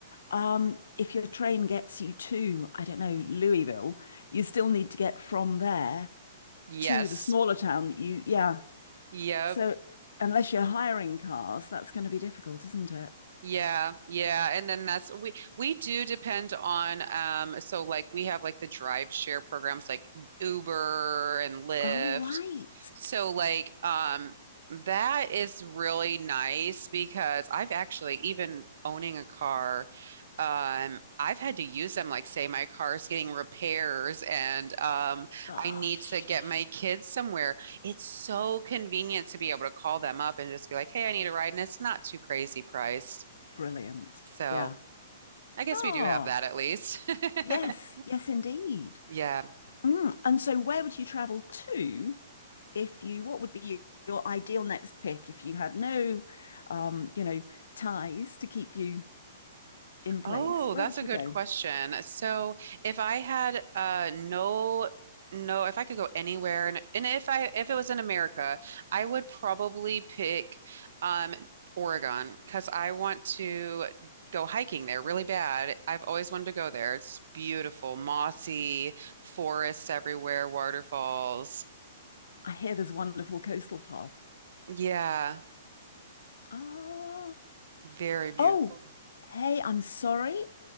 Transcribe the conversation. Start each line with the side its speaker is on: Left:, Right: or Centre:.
Left: um, if your train gets you to, I don't know, Louisville, you still need to get from there
Right: Yes.
Left: to the smaller town that you, yeah.
Right: Yep.
Left: So unless you're hiring cars, that's going to be difficult, isn't it?
Right: Yeah, yeah, and then that's we we do depend on um so like we have like the drive share programs like Uber and Lyft.
Left: Oh, right.
Right: So like um that is really nice because I've actually even owning a car um I've had to use them like say my car is getting repairs and um
Left: Gosh,
Right: I need to get my kids somewhere. It's so convenient to be able to call them up and just be like, "Hey, I need a ride," and it's not too crazy priced.
Left: brilliant.
Right: So
Left: Yeah.
Right: I guess
Left: Oh,
Right: we do have that at least. <laughs>
Left: yes, yes, indeed.
Right: Yeah.
Left: Mm. And so, where would you travel to if you, what would be you- your ideal next pick if you had no, um, you know, ties to keep you in place?
Right: Oh,
Left: Where
Right: that's
Left: would
Right: a
Left: you
Right: good
Left: go?
Right: question. So if I had uh no no if I could go anywhere and and if I if it was in America, I would probably pick um Oregon because I want to go hiking there really bad. I've always wanted to go there. It's beautiful, mossy, forests everywhere, waterfalls.
Left: I hear there's a wonderful coastal path.
Right: Yeah,
Left: Ah,
Right: very beautiful.
Left: oh, hey, I'm sorry.